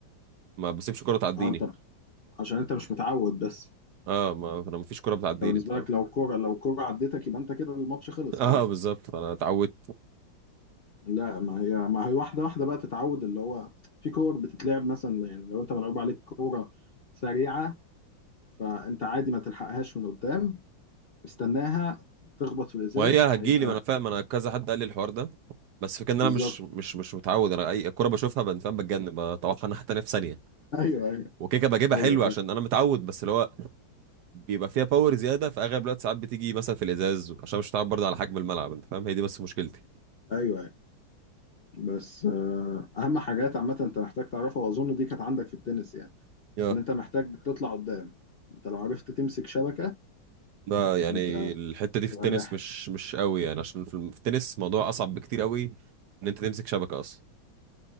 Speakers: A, on the right; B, on the left.
A: ما بسيبش كره تعديني
B: اه انت عشان انت مش متعود بس
A: اه ما انا مفيش كوره بتعديني
B: انت بالنسبة
A: انت فاهم
B: لك لو الكورة لو الكورة عدتك يبقى انت كده الماتش خلص
A: <laughs> اه
B: خلاص
A: بالظبط انا اتعودت
B: لا ما هي ما هي واحدة واحدة بقى تتعود اللي هو في كور بتتلعب مثلا يعني لو انت ملعوب عليك كورة سريعة فانت عادي ما تلحقهاش من قدام استناها تخبط في الازاز
A: وهي
B: هيبقى
A: هتجيلي ما انا فاهم انا كذا حد قال لي الحوار ده بس فكان انا
B: بالظبط
A: مش مش مش متعود انا اي كوره بشوفها بن- فاهم بتجنن بطوحها ناحيه تانيه في ثانيه
B: ايوه ايوه
A: وكيكه بجيبها
B: ايوه
A: حلو
B: فاهم
A: عشان انا متعود بس اللي هو بيبقى فيها باور زياده في اغلب الوقت ساعات بتيجي مثلا في الازاز عشان مش متعود برضه على حجم الملعب انت فاهم هي دي بس مشكلتي
B: ايوه ايوه بس آه، اهم حاجات عامه انت محتاج تعرفها واظن دي كانت عندك في التنس يعني
A: يا
B: ان انت محتاج تطلع قدام انت لو عرفت تمسك شبكه
A: ده يعني
B: انت
A: الحته دي في
B: تبقى
A: التنس
B: جاحد
A: مش مش قوي يعني عشان في الم- في التنس موضوع اصعب بكتير قوي ان انت تمسك شبكه اصلا